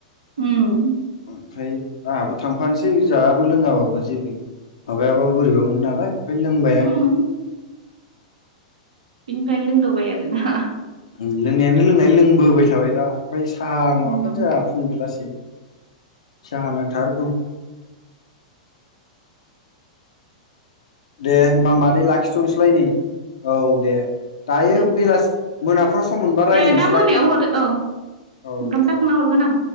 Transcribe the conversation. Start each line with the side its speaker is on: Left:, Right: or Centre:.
Right: ओम
Left: ओमफ्राय आंहाबो थांफानोसै जायाबो लोङाबाबो जेबो माबायाबा बोरैबा मोनो नालाय ओमफ्राय लोंबाय
Right: उम
Left: आं
Right: बिनिफ्रायनो लोंदावबाय आरोना
Left: ओम लोंनायानो लोंनाय लोंबोबाय थाबाय दा ओमफ्राय सा नङाबानो
Right: उम
Left: जाया फुं बेलासे साहा नांथारगौ दे होमबा मादै लाखिथ'नोसैलाय नै औ दे दायो
Right: दे
Left: बेलासि मोनाफ्राव सम मोनबा रायलायनोसैलाय
Right: दे दा मोनायाव हरो औ
Left: औ
Right: ओंखाम
Left: दे।
Right: जाखांना हरगोन आं